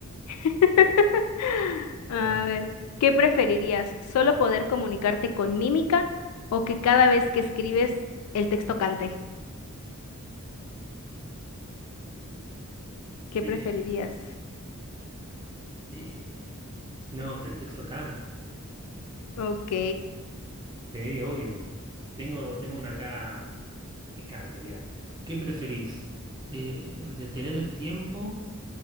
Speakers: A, on the left; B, on the right.
A: <laughs> A
B: ¿verdad?
A: ver, ¿qué preferirías? ¿Solo poder comunicarte con mímica o que cada vez que escribes el texto cante? ¿Qué
B: Eh,
A: preferirías?
B: eh, no, que el texto cante.
A: Ok.
B: Sí, obvio. Tengo, tengo una acá picante, mira. ¿Qué preferís? Eh, ¿detener el tiempo